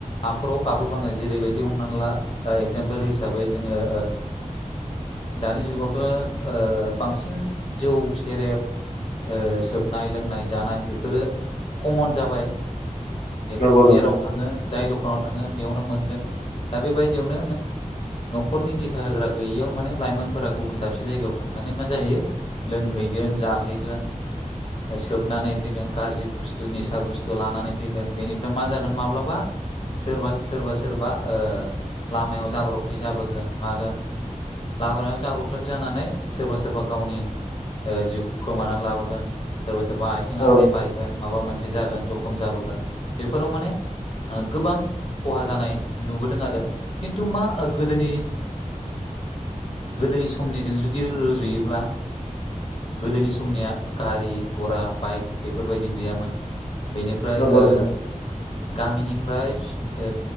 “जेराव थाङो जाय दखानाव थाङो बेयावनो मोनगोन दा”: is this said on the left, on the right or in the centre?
Left